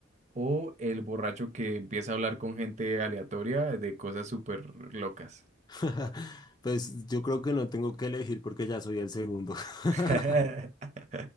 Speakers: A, on the right; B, on the left.
A: O el borracho que empieza a hablar con gente aleatoria de cosas súper locas.
B: <laughs> Pues yo creo que no tengo que elegir porque ya soy el segundo.
A: <laughs>
B: <laughs>